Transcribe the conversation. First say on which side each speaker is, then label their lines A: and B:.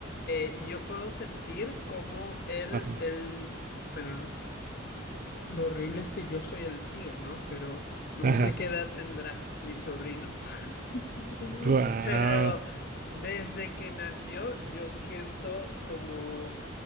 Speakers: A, on the left; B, on the right.
A: eh, yo puedo sentir como él,
B: Ajá,
A: él, bueno. eh, eh, lo horrible es que yo soy el tío, ¿no? Pero no
B: ajá,
A: sé qué edad tendrá mi sobrino. <laughs>
B: guau,
A: Pero desde que nació, yo siento como